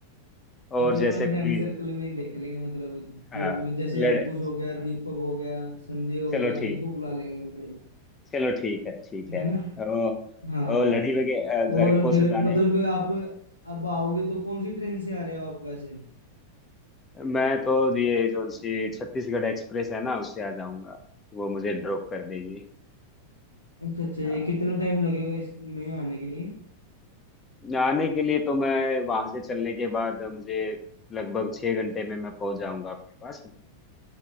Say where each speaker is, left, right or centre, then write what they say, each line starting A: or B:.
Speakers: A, on the left; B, on the left.
A: और
B: मतलब
A: जैसे
B: अपने
A: कोई
B: फ्रेंड सर्कल में ही देख लेंगे मतलब
A: हाँ
B: जो भी जैसे
A: लड़
B: अंकुश हो गया दीपक हो गया संजय हो
A: चलो
B: गया
A: ठीक
B: इनको बुला लेंगे मतलब
A: चलो ठीक है ठीक
B: है
A: है
B: ना
A: ओ,
B: हाँ
A: ओ
B: हाँ
A: लड़ी वगैरह
B: और
A: घर को
B: फिर
A: सजाने
B: मतलब आप अब आओगे तो कौन सी ट्रेन से आ रहे हो आप वैसे
A: मैं तो ये जो उनसी छत्तीसगढ़ एक्सप्रेस है ना उससे आ जाऊंगा वो मुझे ड्रॉप कर देगी
B: अच्छा अच्छा ये
A: हाँ,
B: कितना टाइम लगेगा इसमें आने के लिए
A: जाने के लिए तो मैं वहां से चलने के बाद मुझे लगभग छह घंटे में मैं पहुंच जाऊंगा आपके पास